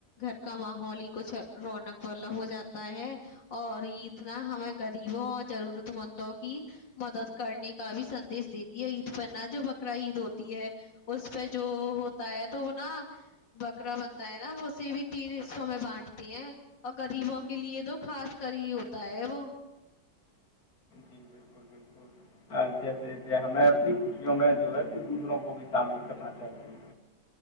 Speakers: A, on the left; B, on the left.
A: گھر کا ماحول ہی کچھ رونق والا ہو جاتا ہے اور عید نا ہمیں غریبوں اور ضرورت مندوں کی مدد کرنے کا بھی سندیش دیتی ہے عید پہ نہ جو بکرا عید ہوتی ہے اس پہ جو ہوتا ہے تو وہ نا بکرا بنتا ہے نا اسے بھی تین حصوں میں بانٹتے ہیں اور غریبوں کے لیے تو خاص کر ہی ہوتا ہے وہ
B: جی بالکل بالکل جیسے جیے ہمیں اپنی خوشیوں میں جو ہے کہ دوسروں کو بھی شامل کرنا چاہیے